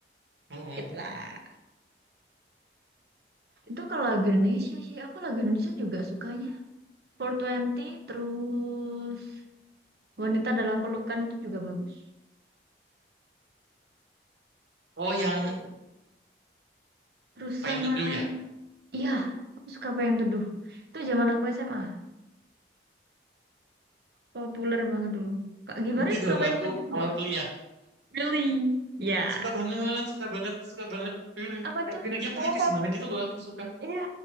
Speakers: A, on the right (about 80°); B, on the right (about 60°).
A: Mm-mm.
B: It lah. Itu kalau lagu Indonesia sih, aku lagu Indonesia juga sukanya. four Twenty terus Wanita dalam Pelukan itu juga bagus.
A: Oh yang
B: Bagus. Terus
A: Payung
B: sama
A: Teduh ya.
B: iya, aku suka apa yang Teduh. Itu zaman aku SMA, populer banget dulu. Kak Givari
A: Itu
B: suka
A: zamanku
B: apa yang Teduh nggak?
A: awal kuliah.
B: Really? Ya.
A: Suka banget, suka banget, suka banget. Kayak
B: apa tuh
A: Liriknya
B: Salah
A: puitis
B: satu,
A: banget gitu loh aku suka.
B: iya,